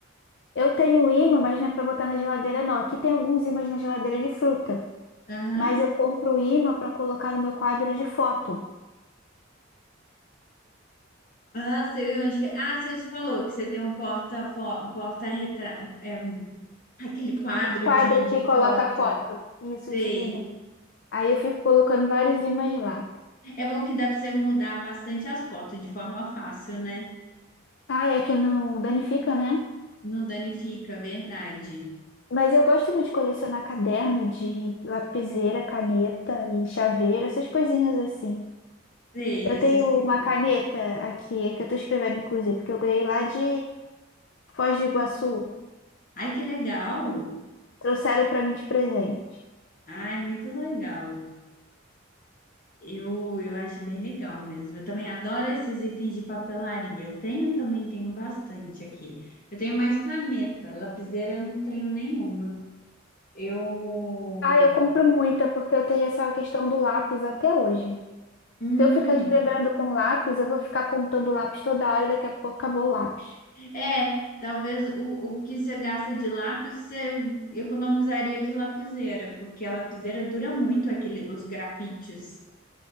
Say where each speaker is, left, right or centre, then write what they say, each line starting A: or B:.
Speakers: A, on the left; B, on the left.
A: Eu tenho ímã, mas não é para botar na geladeira, não. Aqui tem alguns ímãs na geladeira de fruta,
B: Aham.
A: mas eu compro ímã para colocar no meu quadro de foto.
B: Ah, sei onde que... é. Ah, você falou que você tem um porta porta retrato, é, um- aquele quadro
A: O quadro
B: de, de
A: que coloca
B: foto.
A: foto. Isso,
B: Sei.
A: de ímã. Aí eu fico colocando vários ímãs lá.
B: É bom que dá para você mudar bastante as fotos de forma fácil, né?
A: Ah, é que não danifica, né?
B: Não danifica, verdade.
A: Mas eu gosto muito de colecionar caderno de lapiseira, caneta e chaveiro, essas coisinhas assim.
B: Sei,
A: Eu
B: esses
A: tenho
B: pequenos.
A: uma caneta aqui, que eu tô escrevendo, inclusive, que eu ganhei lá de Foz do Iguaçu.
B: Ai, que legal.
A: Trouxeram pra mim de presente.
B: Ai, muito legal. Eu, eu acho bem legal mesmo. Eu também adoro esses itens de papelaria. Eu tenho também, tenho bastante aqui. Eu tenho mais caneta, lapiseira eu não tenho nenhuma. Eu.
A: Ah, eu compro muita porque eu tenho essa questão do lápis até hoje.
B: Hum,
A: Se eu ficar escrevendo com lápis, eu vou ficar apontando o lápis toda hora e daqui a pouco acabou o lápis.
B: é, talvez o, o que você gasta de lápis você economizaria de lapiseira, porque a lapiseira dura muito aquele, os grafites.